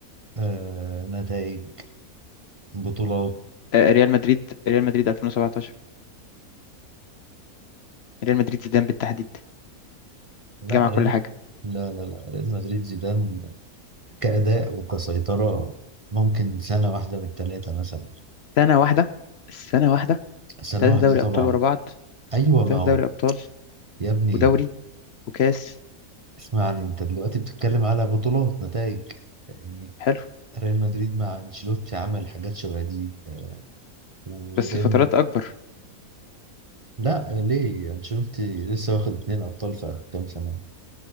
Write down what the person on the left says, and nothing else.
آه، ريال مدريد ريال مدريد 2017 ريال مدريد زيدان بالتحديد
جمع كل
حاجه
سنه واحده السنه واحده
ثلاثه
دوري
ابطال ورا بعض
ثلاثه
دوري ابطال
ودوري وكاس
حلو
بس فترات اكبر